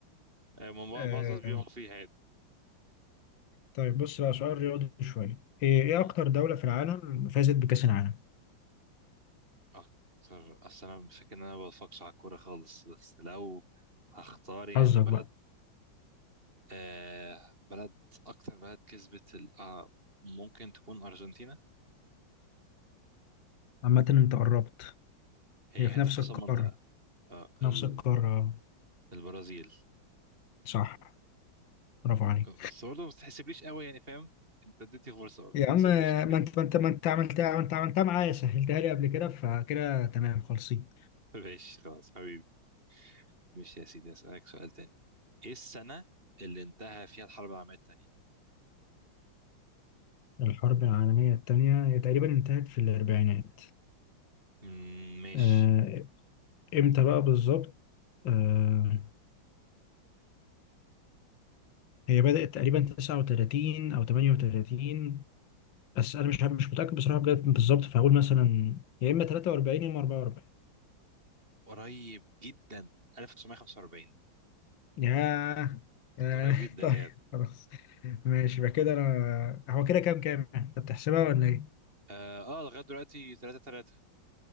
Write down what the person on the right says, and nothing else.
آه، ما ما-
معظم الناس بيقعوا فيها يعني
مم.
اكتر اصل انا فاكر ان انا ما بفكش على الكورة خالص بس لو هختار يعني
بلد
آه بلد أكتر بلد كسبت ال- آه ممكن تكون أرجنتينا
هي
حتة
في نفس
المنطقة آه ال-
البرازيل
بس برضه ما تحسبليش قوي يعني فاهم أنت اديتني فرصة برضه ما
تحسبليش
قوي كده
<laughs> ماشي خلاص حبيبي ماشي يا سيدي أسألك سؤال تاني إيه السنة اللي انتهى فيها الحرب العالمية التانية؟
مم، ماشي
قريب جدا 1945
قريب جدا
يعني
اه آه، لغاية دلوقتي 3 3